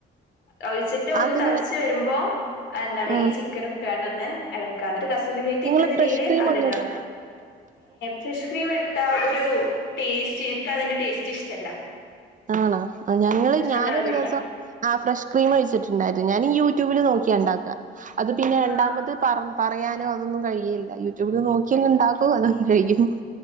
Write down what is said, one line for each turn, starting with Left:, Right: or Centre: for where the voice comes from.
Left: ഒഴിച്ചിട്ട് ഒന്ന്
Right: അതില്
Left: തളച്ച് വരുമ്പോ എന്താണ്
Right: ആഹ്
Left: ഈ ചിക്കന് ഇട്ടേണ്ടന്ന് ഇളക്കാ കസൂരിമേത്തി
Right: നിങ്ങള്
Left: ഇണ്ടെന്നുണ്ടെങ്കില്
Right: ഫ്രഷ് ക്രീം
Left: അതിടാ
Right: ഒന്നും ഇടൂല
Left: ഫ്രഷ് ക്രീം ഇട്ട ഒരു ടേസ്റ്റ് എനിക്ക് അതിന്റെ ടേസ്റ്റ് ഇഷ്ടമല്ല
Right: ആണോ ഞങ്ങള് ഞാനൊ
Left: ഉണ്ടാവില്ലല്ലോ
Right: ഒരു ദിവം ആ ഫ്രഷ് ക്രീം കഴിച്ചിട്ടുണ്ടായിരുന്നു ഞാൻനീ യൂട്യൂബിൽ നോക്കി നോക്കിയ ഉണ്ടാക്ക അത് പിന്നെ രണ്ടാമത്
Left: ആഹ്
Right: പറ പറയാനോ അതൊന്നും കഴിയില്ല യൂട്യൂബിൽ നോക്കിയങ് ഉണ്ടാക്കോ അതൊന്നും കഴിയും